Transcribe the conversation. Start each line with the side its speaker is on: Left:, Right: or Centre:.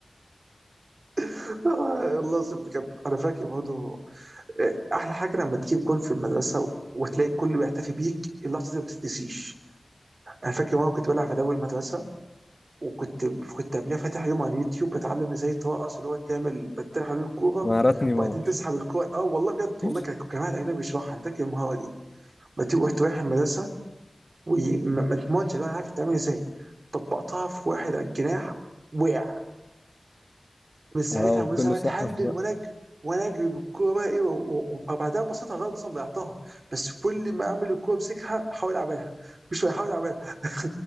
Right: <laughs> آه، والله العظيم بجد انا فاكر برضه آه، احلى حاجه لما تجيب جول في المدرسه وتلاقي الكل بيحتفي بيك اللحظه دي ما بتتنسيش انا فاكر مره كنت بلعب في دوري المدرسه وكنت كنت قبلها فاتح يوم على اليوتيوب بتعلم ازاي ترقص اللي هو تعمل بتطير حوالين الكوره
Left: مهارات نيمار
Right: وبعدين تسحب الكوره اه والله بجد والله
Left: <laughs>
Right: كان كان واحد اجنبي بيشرحها انا فاكر المهاره دي بتيجي رحت رايح المدرسه وما تضمنش اللي انا عارف تعمل ازاي طبقتها في واحد على الجناح وقع من ساعتها
Left: اه وكله
Right: وانا ساعتها
Left: سقف
Right: اتهلل
Left: بقى
Right: ونجري ونجري بالكوره بقى ايه و- و- وبعدها بصيتها غلط اصلا ضيعتها بس كل ما اعمل الكوره امسكها احاول اعملها مش بحاول اعملها <laughs>